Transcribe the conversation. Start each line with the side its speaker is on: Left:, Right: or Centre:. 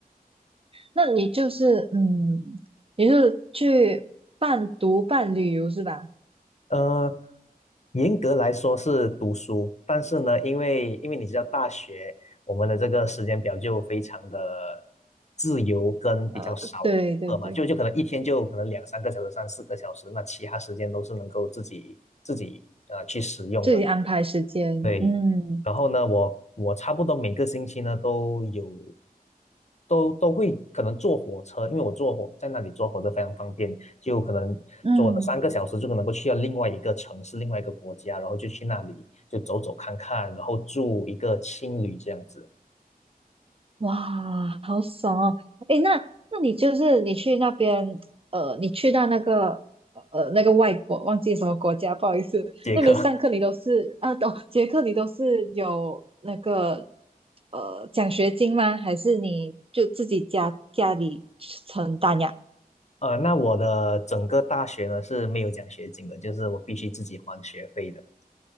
Right: 那你就是嗯，你是去半读半旅游是吧？
Left: 呃，严格来说是读书，但是呢，因为因为你知道大学我们的这个时间表就非常的自由跟比较少课嘛，
Right: 呃，对对对，
Left: 就就可能一天就可能两三个小时、三四个小时，那其他时间都是能够自己自己呃去使用的。
Right: 自己安排时间，
Left: 对，
Right: 嗯
Left: 然后呢，我我差不多每个星期呢都有，都都会可能坐火车，因为我坐火在那里坐火车非常方便，就可能坐三个小时就能够去到另外一个城市、
Right: 嗯，
Left: 另外一个国家，然后就去那里就走走看看，然后住一个青旅这样子，
Right: 哇，好爽哦！诶，那那你就是你去那边，呃，你去到那个呃那个外国，忘记什么国家，不好意思，
Left: 杰克。
Right: 那边上课你都是啊，
Left: <laughs>
Right: 哦，捷克你都是有那个呃奖学金吗？还是你就自己家家里承担呀？
Left: 呃，那我的整个大学呢是没有奖学金的，就是我必须自己还学费的。